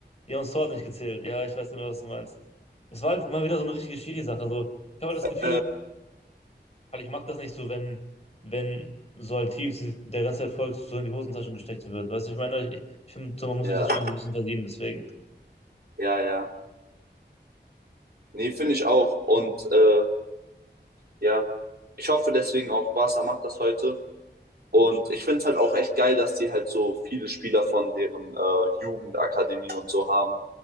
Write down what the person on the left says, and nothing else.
ja, uns Tor hat nicht gezählt. Ja, ich weiß genau, was du meinst. Es war halt mal wieder so eine richtige Schiri-Sache. So, ich habe halt das
Gefühl, Weil ich mag das nicht so, wenn, wenn so halt Teams der ganze Erfolg so in die Hosentaschen gesteckt wird. Weißt du, ich meine, ich, ich finde, so, man muss
sich das schon so ein bisschen verdienen, deswegen.
Bestimmt.